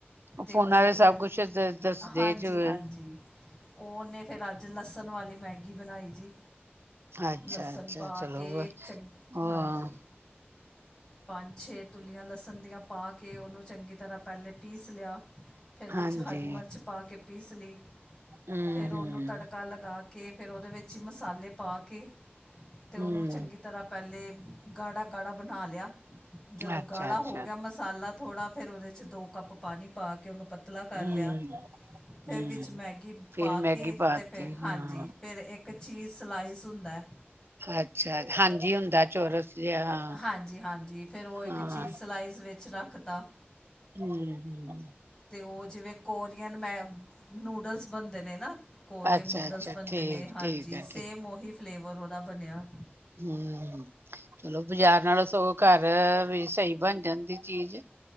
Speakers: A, on the right; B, on the left.
A: ਉਹ
B: ਤੇ
A: ਫੋਨਾਂ
B: ਉਹਨੇ
A: ਸਭ
B: ਫਿਰ
A: ਕੁਛ ਦੱਸਦੇ
B: ਹਾਂਜੀ
A: ਚ ਹੂੰ।
B: ਹਾਂਜੀ ਉਹਨੇ ਫਿਰ ਅੱਜ ਲਸਣ ਵਾਲੀ ਮੈਗੀ ਬਣਾਈ ਜੀ
A: ਅੱਛਾ
B: ਲਸਣ
A: ਅੱਛਾ
B: ਪਾ
A: ਚਲੋ
B: ਕੇ ਚੰ
A: ਹਮ
B: ਹਾਂਜੀ ਪੰਜ ਛੇ ਤੁਲੀਆਂ ਲਸਣ ਦੀਆਂ ਪਾ ਕੇ ਉਹਨੂੰ ਚੰਗੀ ਤਰ੍ਹਾਂ ਪਹਿਲੇ ਪੀਸ ਲਿਆ ਫਿਰ ਵਿੱਚ
A: ਹਾਂਜੀ,
B: ਹਰੀ ਮਿਰਚ ਪਾ ਕੇ ਪੀਸ ਲਈ
A: ਹੂੰ-ਹੂੰ,
B: ਫਿਰ ਉਹਨੂੰ ਤੜਕਾ ਲਗਾ ਲਗਾਕੇ ਫਿਰ ਉਹਦੇ ਵਿੱਚ ਹੀ ਮਸਾਲੇ ਪਾ ਕੇ ਅਤੇ ਉਹਨੂੰ
A: ਹੂੰ
B: ਚੰਗੀ ਤਰ੍ਹਾਂ ਪਹਿਲੇ ਗਾੜਾ ਗਾੜਾ ਬਣਾ ਲਿਆ ਜਦੋਂ
A: ਅੱਛਾ-ਅੱਛਾ
B: ਗਾੜਾ ਹੋ ਗਿਆ ਮਸਾਲਾ ਮਸਾਲਾ ਥੋੜ੍ਹਾ ਫਿਰ ਉਹਦੇ 'ਚ ਦੋ ਕੱਪ ਪਾਣੀ ਪਾ ਕੇ ਉਹਨੂੰ ਪਤਲਾ ਕਰ
A: ਹੂੰ।
B: ਲਿਆ। ਫਿਰ
A: ਹੂੰ,
B: ਵਿੱਚ ਮੈਗੀ
A: ਫਿਰ
B: ਪਾ
A: ਮੈਗੀ
B: ਕੇ
A: ਪਾਤੀ
B: ਤੇ ਫਿਰ ਹਾਂਜੀ
A: ਹਾਂ।
B: ਫਿਰ ਇੱਕ ਇੱਕ ਚੀਜ਼ ਸਲਾਈਸ ਹੁੰਦਾ।
A: ਅੱਛਾ ਹਾਂਜੀ ਹੁੰਦਾ ਚੋਰਸ ਜਿਹਾ ਹਾਂ।
B: ਹਾਂਜੀ ਹਾਂਜੀ ਫਿਰ ਉਹ ਇੱਕ
A: ਹਾਂ,
B: ਚੀਜ਼ ਸਲਾਈਸ ਵਿੱਚ ਰੱਖ ਤਾ
A: ਹਮ ਹਮ
B: ਅਤੇ ਉਹ ਜਿਵੇਂ ਕੋਰੀਅਨ ਮੈ ਨੂਡਲਸ ਬਣਦੇ ਨੇ ਨਾ ਕੋਰੀਅਨ
A: ਅੱਛਾ-ਅੱਛਾ,
B: ਨੂਡਲਸ ਬਣਦੇ
A: ਠੀਕ-ਠੀਕ
B: ਨੇ ਹਾਂਜੀ
A: ਐ,
B: ਸੇਮ ਉਹੀ ਫਲੇਵਰ ਉਹਦਾ ਬਣਿਆ।
A: ਹਮ ਚਲੋ ਬਾਜ਼ਾਰ ਨਾਲੋਂ ਸਗੋਂ ਘਰ ਵੀ ਸਹੀ ਬਣ ਜਾਂਦੀ ਚੀਜ਼